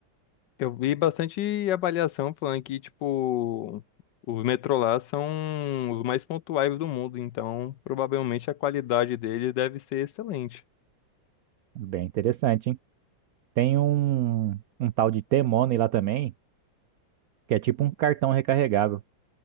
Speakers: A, on the left; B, on the right.
A: Eu vi bastante avaliação falando que, tipo, os metrô lá são os mais pontuais do mundo, então provavelmente a qualidade dele deve ser excelente.
B: Bem interessante, hein? Tem um, um tal de T-Money lá também, que é tipo um cartão recarregável.